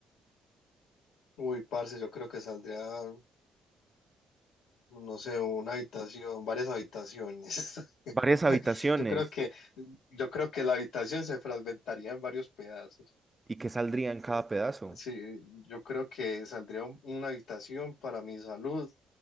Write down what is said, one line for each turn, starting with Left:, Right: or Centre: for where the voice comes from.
Left: Uy, parce, yo creo que saldría, o- no sé, una habitación, varias habitaciones. <laughs>
Right: Varias habitaciones.
Left: Yo creo que Yo creo que la habitación se fragmentaría en varios pedazos.
Right: ¿Y qué saldría en cada pedazo?
Left: Sí, yo creo que saldría un- una habitación para mi salud